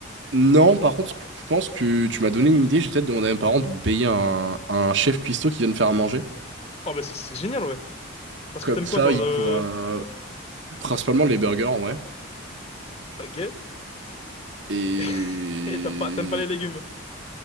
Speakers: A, on the right (about 60°); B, on the left (about 30°).
A: non, par contre, je pense que tu m'as donné une idée. Je vais peut-être demander à mes parents de payer un, un chef cuistot qui vienne faire à manger.
B: Oh, bah, c'est c'est génial, ouais. Parce
A: Comme
B: que t'aimes
A: ça,
B: quoi, toi,
A: il
B: de...
A: pourra... Principalement les burgers, en vrai.
B: gay?
A: Et...
B: <laughs> Et t'as pas, t'aimes pas les légumes.